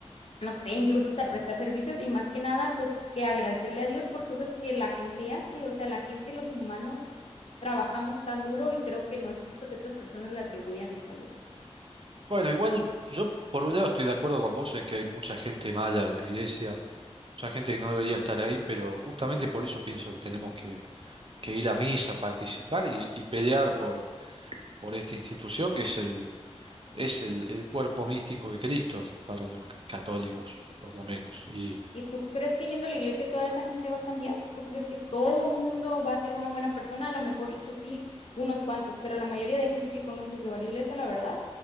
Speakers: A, on the left (about 60°); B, on the right (about 50°).
A: no sé, incluso hasta prestar servicios y más que nada, pues que agradecerle a Dios por cosas que la gente hace, o sea, la gente, los humanos, trabajamos tan duro y creo que no es justo que otras personas le atribuyan eso a Dios.
B: Bueno, igual yo por un lado estoy de acuerdo con vos en que hay mucha gente mala en la iglesia, mucha gente que no debería estar ahí, pero justamente por eso pienso que tenemos que, que ir a misa, participar y, y pelear por, por esta institución que es el, es el, el cuerpo místico de Cristo para los católicos, por lo menos. Y,
A: ¿Y tú crees que yendo a la iglesia toda esa gente va a cambiar? ¿Tú crees que todo mundo va a ser una buena persona? A lo mejor y tú sí, unos cuantos, pero la mayoría de gente que conozco que va a la iglesia, la verdad,